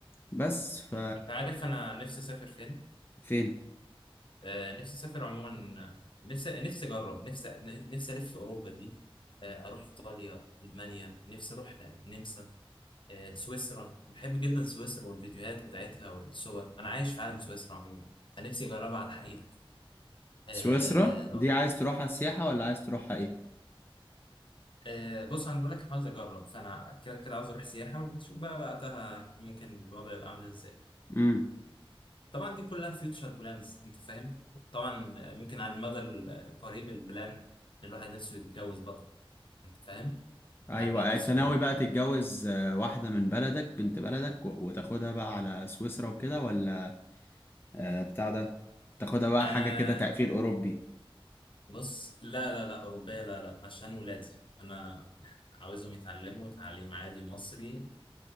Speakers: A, on the left; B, on the left.
A: بس ف
B: مم. انت عارف انا نفسي اسافر فين
A: فين
B: آه، نفسي اسافر عموما نفسي نفسي اجرب نفسي نفسي الف في اوروبا دي آه، اروح ايطاليا المانيا نفسي اروح آه، النمسا آه، سويسرا بحب جدا سويسرا والفيديوهات بتاعتها والصور انا عايش في عالم سويسرا عموما فنفسي اجربها على الحقيقه آه،
A: سويسرا دي عايز تروحها سياحة ولا عايز تروحها ايه
B: آه، بص انا بقول لك عاوز اجرب فانا كده كده عاوز اروح سياحه ونشوف بقى وقتها ممكن الوضع يبقى عامل ازاي
A: امم
B: طبعا دي كلها فيوتشر بلانز انت فاهم طبعا آه، ممكن على المدى القريب البلان إن الواحد نفسه يتجوز برضه انت فاهم
A: ايوه
B: الواحد بقى نفسه
A: انت ناوي بقى تتجوز آه، واحدة من بلدك بنت بلدك و- وتاخدها بقى على سويسرا وكده ولا آه، بتاع ده تاخدها بقى
B: آه
A: حاجة كده تقفيل اوروبي
B: بص لا لا لا أوروبية لا لا عشان ولادي أنا عاوزهم يتعلموا تعليم عادي مصري